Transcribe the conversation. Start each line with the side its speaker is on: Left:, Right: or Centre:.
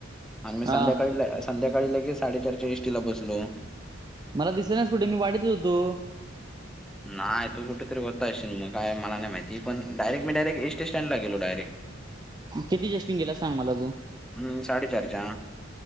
Centre: आणि मी
Right: हा
Centre: संध्याकाळी ल संध्याकाळी लगेच साडेचारच्या इष्टीला बसलो.
Right: मला दिसलं नाहीस कुठे मी वाडीतच होतो.
Centre: नाय तू कुठेतरी होता असशील मग काय मला नाही माहिती पण डायरेक मी डयरेक एस टी स्टँडला गेलो डायरेक
Right: कितीचा एसटी न गेला सांग मला तू
Centre: हम्म साडेचारच्या